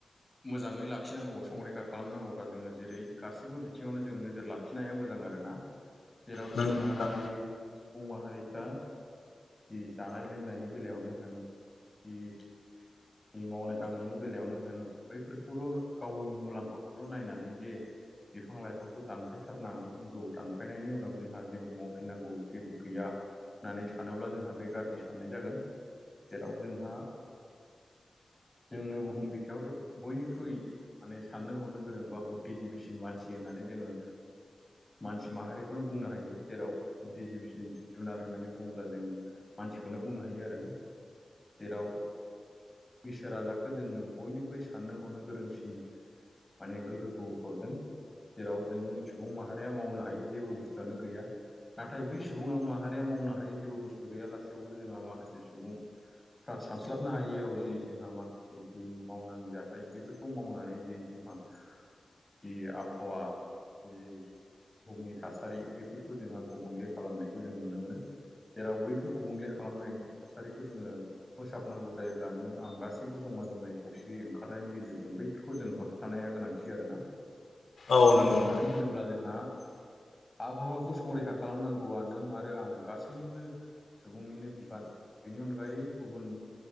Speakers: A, on the left; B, on the left.
A: मोजाङै लाखिनांगौ संरैखा खालामनांगौब्ला जोङो जेरै गासिबो बिथिङावनो जों नोजोर लाख खिनाया मोजां आरो ना। जेराव
B: नंगौ
A: जोंहा
B: नोंथां
A: बे बुं माहारिफ्रा जि जानाय लोंनायनि बेलायावनो होन। जि <inaudible> मावनाय दांनायनि बेलायावनो होन बैफोरखौल' गावनि मुलाम्फाखौल' नायनानै जे बिफां लाइफांखौ दानफायथारनांगौ दानफायनायनि उनाव जोंहा जेबो मावफिननांगौ जेबो गैया होननानै सानोब्ला जोंहा बे गाज्रि साननाय जागोन। जेराव जोंहा जोंनो बुहुम बिखायाव बयनिख्रुइ माने साननो हनो गोरों बा बुद्धिजिबिसिन मानसि होननानै जोङो मानसि माहारिखौनो बुंनो हायो जेराव फुड डगजिबिसन जुनार होननानै बुङोब्ला जों मानसिखौनो बुंनो हायो आरोना। जेराव इसोरा जाखौ जोंनो बयनिख्रुइ साननो हनो गोरोंसिन माने गोहोखौ हरदों। जेराव जों सुबुं माहारिया मावनो हायै जेबो बुस्थु जानो गैया। नाथाय बै सुबुं आं माहारिया मावनो हायो जेबो बुस्थु गैया लासेैयावबो जोंहा माखासे सुबुं फ्रा सानस्लाबनो हायियाव जि जोंहा मा बिदि मावनाङि जाथाय बेफोरखौ मावनानै जि जोंहा जि आबहावा जि बुहुमनि थासा सारि बैफोरखौ जोङो गुबुंले खालामनायखौ जों नुनो मोनो। जेराव बैफोर गुबुंले खालामनाय थासारिखौ जोङो फोसाबनांगौ जायोब्ला नों आं गाससिबो जमा जमायै खौसेै ओंखारनायनि गेजेरजों बैफोरखौ जों होब थानाया गोनांथि आरोना।
B: औ नंगौ नोंथां।
A: मानो होनोब्ला जोंहा आबहावाखौ संरैखा खालामनांगौआ नों आरो आं गासैनिबो सुबुंनिनो बिबान। बिनि अनगायै गुबुन